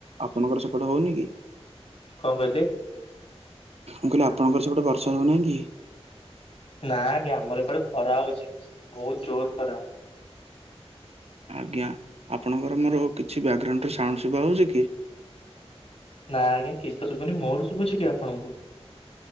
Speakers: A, on the right; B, on the left.
A: ଆପଣଙ୍କର ସେପଟେ ହଉନି କି?
B: କଣ କହିଲେ?
A: ମୁଁ କହିଲି ଆପଣଙ୍କ ର ସେପଟେ ବର୍ଷା ହଉନାହିଁ କି?
B: ନାଁ ଆଜ୍ଞା, ଆମର ଏପଟେ ଖରା ହଉଚି ବହୁତ୍ ଜୋରେ ଖରା।
A: ଆଜ୍ଞା। ଆପଣଙ୍କର ମୋର କିଛି ବ୍ୟାଗଗ୍ରାଉଣ୍ଡରେ ସାଉଣ୍ଡ ସୁଭା ଯାଉଚି କି?
B: ନା ଆଜ୍ଞା କିଛିତ ଶୁଭୁନି। ମୋର ଶୁଭୁଛି କି ଆପଣଙ୍କୁ?